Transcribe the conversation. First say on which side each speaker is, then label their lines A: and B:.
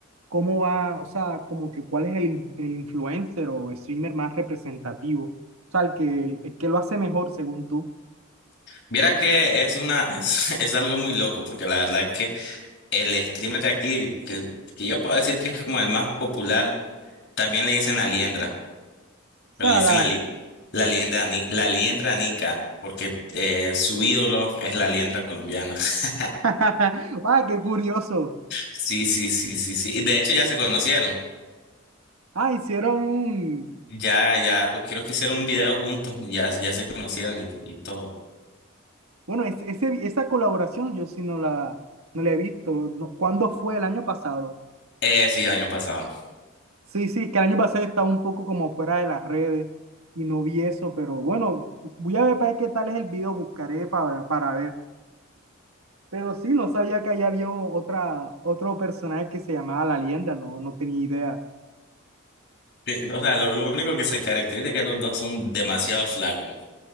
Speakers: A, on the right; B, on the left.
A: ¿cómo va? O sea, como que cuál es el, in- el influencer o streamer más representativo. O sea, el que, el que lo hace mejor según tú.
B: Viera que es una, es, <laughs> es algo muy loco, porque la verdad que el streamer de aquí, que, que yo puedo decir que es como el más popular, también le dicen la liendra, pero
A: O sea,
B: le dicen
A: la,
B: la, li- la liendra, ni- la liendra nica, porque eh, su ídolo es la liendra colombiana. <laughs>
A: <laughs> Ah, qué curioso.
B: Sí, sí, sí, sí, sí. Y de hecho ya se conocieron.
A: Ah, hicieron un...
B: Ya, ya, creo que hicieron un video juntos, ya, ya se conocieron y, y todo.
A: Bueno, es- ese, esa colaboración yo sí no la, no la he visto. No, ¿cuándo fue? El año pasado.
B: Eh, sí, el año pasado.
A: Sí, sí, que el año pasado estaba un poco como fuera de las redes y no vi eso, pero bueno, voy a ver para ver qué tal es el video, buscaré para, para ver. Pero sí, no sabía que allá había otra, otro personaje que se llamaba La Lienda, no, no tenía idea.
B: Eh, O sea, lo, lo único que se caracteriza es que los dos son demasiado flacos.